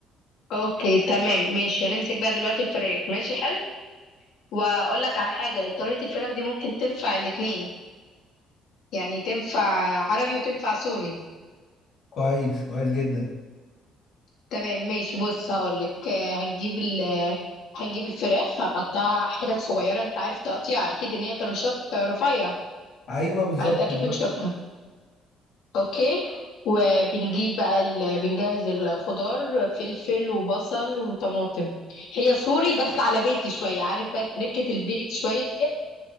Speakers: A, on the left; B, on the left.
A: اوكي تمام ماشي هنمسك بقى دلوقتي الفراخ ماشي حلو واقول لك على حاجه طريقه الفراخ دي ممكن تنفع الاتنين يعني تنفع عربي وتنفع سوري
B: كويس كويس جدا
A: تمام ماشي بص هقولك آه، هنجيب ال آه، هنجيب الفراخ هنقطعها حتت صغيرة انت عارف تقطيع اكيد ان هي ترنشات رفيع
B: ايوه بالظبط
A: فانت اكيد
B: بالظبط
A: بتشوفها اوكي وبنجيب بقى ال... بنجهز الخضار فلفل وبصل وطماطم هي سوري بس على بيتي شوية عارف بقى تركة البيت شوية